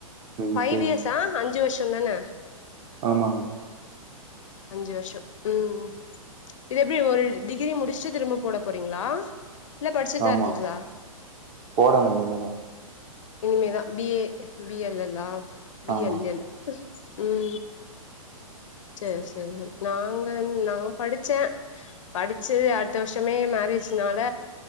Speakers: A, on the right (about 25°); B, on the left (about 60°).
A: ம்
B: ஃபைவ்
A: சரிங்க
B: இயர்ஸா அஞ்சு வருஷந்தான
A: ஆமாங்க
B: அஞ்சு வருஷோ ம் ம் இது எப்டி ஒரு டிகிரி முடிச்சு திரும்ப போட போறீங்ளா இல்ல படிச்சிட்தா
A: ஆமா
B: இருக்கீங்ளா
A: போடணு இனிமேதா
B: இனிமேதா பி ஏ பி எல் எல்லா பி
A: ஆமா
B: எல் எல் ம் சேர் செரிங்க நாங்கன் நாங்க படிச்ச படிச்சி அடுத்த வர்ஷமே மேரேஜ்னால